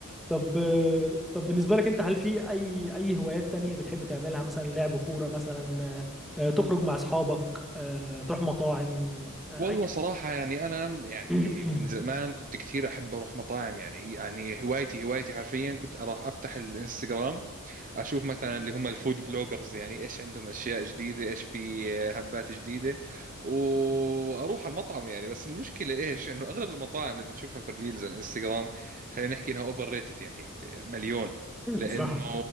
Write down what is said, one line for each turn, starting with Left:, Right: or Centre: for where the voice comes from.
Centre: طب آه، طب بالنسبة لك أنت هل في أي أي هوايات تانية بتحب تعملها مثلا لعب كورة مثلا آه، آه، تخرج مع أصحابك آه، تروح مطاعم آه،
Right: والله
Centre: أي
Right: صراحة يعني أنا يعني
Centre: <coughs>
Right: من زمان كنت كثير أحب أروح مطاعم يعني يعني هوايتي هوايتي حرفيا كنت أروح أفتح الإنستغرام اشوف مثلا اللي هم الفود بلوجرز يعني ايش عندهم اشياء جديده ايش في هبات جديده واروح على المطعم يعني بس المشكله ايش انه اغلب المطاعم اللي بتشوفها في الريلز على الانستغرام خلينا نحكي انها اوفر ريتد يعني مليون لانه
Centre: صح